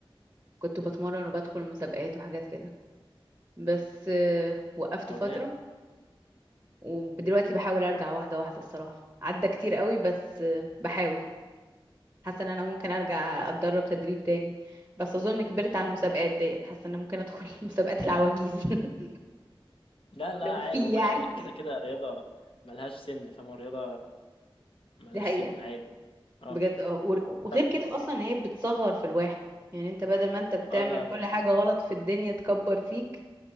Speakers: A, on the right; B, on the left.
A: كنت بتمرن وبدخل مسابقات وحاجات كده بس آه، وقفت
B: طب
A: فترة
B: جامد
A: ودلوقتي بحاول ارجع واحدة واحدة الصراحة عدى كتير قوي بس آه، بحاول حاسة ان انا ممكن ارجع اتدرب تدريب تاني بس اظن كبرت على المسابقات ديت حاسة ان أنا ممكن ادخل <laughs> مسابقات العواجيز <laughs>
B: لا لا
A: لو
B: عادي
A: في
B: والله
A: يعني
B: يعني كده كده رياضة ملهاش سن فاهم الرياضة ملهاش
A: دي حقيقة
B: سن عادي اه
A: بجد اه ور- وغير
B: طب
A: كده اصلا هي بتصغر في الواحد يعني انت بدل ما انت بتعمل
B: اه ده
A: كل
B: اكيد
A: حاجة غلط في الدنيا تكبر فيك